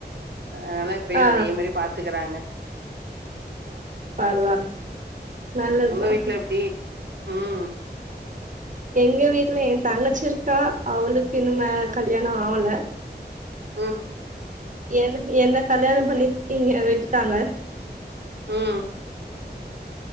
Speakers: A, on the right; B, on the right.
A: அதனாலா இப்பயு
B: ஆ
A: அதே மாரியே பாத்துக்கிறாங்க
B: பரவால்ல நல்லது
A: உங்க
B: தா
A: வீட்ல எப்டி ம்
B: எங்க வீட்ல எ தங்கச்சி இருக்கா அவளுக்கு இன்னுமே
A: ம்
B: கல்யாண ஆவல
A: ம்
B: எனக் என்ன கல்யாண பண்ணி இங்க விட்டுட்டாங்க
A: ம்